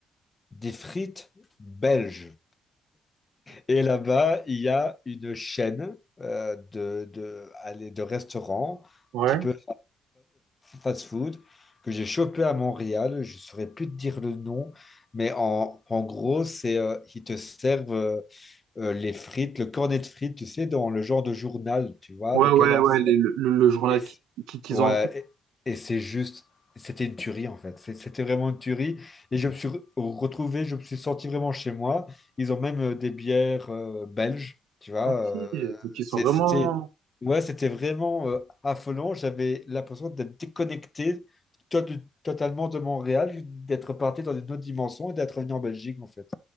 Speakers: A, on the left; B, on the right.
A: des frites belges. Et là-bas, il y a une chaîne euh, de, de, allez, de restaurants,
B: ouais.
A: un petit peu fast food, que j'ai chopé à Montréal. Je ne saurais plus te dire le nom, mais en, en gros, c'est, euh, ils te servent euh, euh, les frites, le cornet de frites, tu sais, dans le genre de journal, tu vois,
B: Ouais,
A: de cadence.
B: ouais, ouais, les- le, le- le journal
A: Et c-
B: qui, qui- qu'ils
A: ouais,
B: ont.
A: et, et c'est juste, c'était une tuerie en fait. C'est- C'était vraiment une tuerie. Et je me suis re- retrouvé, je me suis senti vraiment chez moi. Ils ont même euh, des bières euh, belges, tu vois.
B: Ok,
A: euh,
B: donc ils
A: c'est-
B: sont vraiment.
A: c'était, ouais, c'était vraiment euh, affolant. J'avais l'impression d'être déconnecté to- totalement de Montréal, d'être parti dans une autre dimension et d'être revenu en Belgique en fait.